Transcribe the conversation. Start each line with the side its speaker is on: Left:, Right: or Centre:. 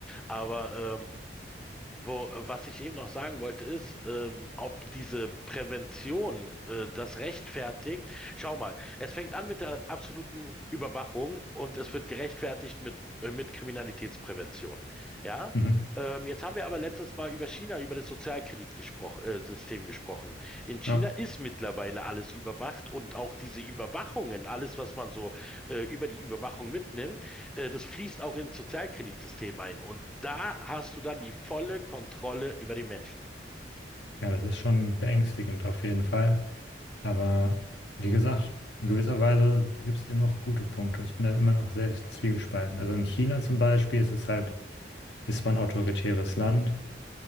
Centre: Aber ähm, wo, äh, was ich eben noch sagen wollte, ist, ähm, ob diese Prävention äh, das rechtfertigt. Schau mal, es fängt an mit der absoluten Überwachung und es wird gerechtfertigt mit, äh, mit Kriminalitätsprävention. Ja?
Left: Mhm.
Centre: Ähm, jetzt haben wir aber letztes Mal über China, über das Sozialkreditsystem gespro äh, System gesprochen. In China
Left: Ja.
Centre: ist mittlerweile alles überwacht und auch diese Überwachungen, alles, was man so äh, über die Überwachung mitnimmt, äh, das fließt auch ins Sozialkreditsystem ein. Und da hast du dann die volle Kontrolle über den Menschen.
Left: Ja, das ist schon beängstigend auf jeden Fall. Aber wie gesagt, in gewisser Weise gibt es eben noch gute Punkte. Ich bin da immer noch sehr zwiegespalten. Also in China zum Beispiel ist es halt, ist zwar ein autoritäres Land,